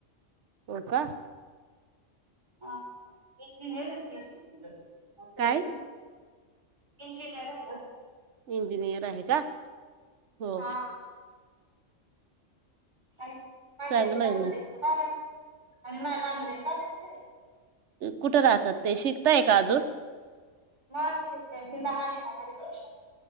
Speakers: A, on the right; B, on the right.
A: हो का?
B: हा इंजिनेरे ना ते असय
A: काय
B: का? इंजिनीयर हाय ना.
A: इंजिनियर आहे का? हो.
B: हा आणि पाहिझे
A: चांगलं
B: द
A: आहे
B: हंड्रेड
A: मग
B: बाघा <unintelligible> आणि मला अंधेर कायचय <unintelligible>
A: कुठे राहतात ते शिकताय का अजून.
B: म शिकतेय ति लहाने ना माझ्या पेक्षा.